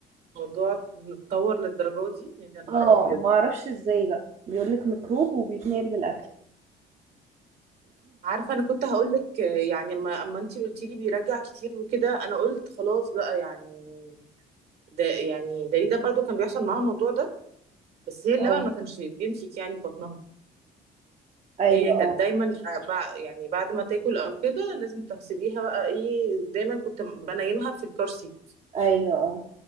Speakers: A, on the right (about 70°); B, on the right (about 40°).
A: الموضوع اتطور للدرجه دي يا نهار
B: اه
A: ابيض
B: ما اعرفش ازاي بقى بيقول لك ميكروب وبيتنقل بالاكل
A: عارفه انا كنت هقول لك يعني اما اما انتي قلتي لي بيرجع كتير وكده انا قلت خلاص بقى يعني ده يعني ده ده برضو كان بيحصل معاها الموضوع ده بس هي اللبن
B: اه
A: ما كانش بيمسك يعني في بطنها
B: ايوه
A: هي كانت
B: اه
A: دايما آه، بع- يعني بعد ما تاكل او كده لازم تحسبيها بقى ايه دايما كنت بنيمها في الكرسي
B: ايوه اه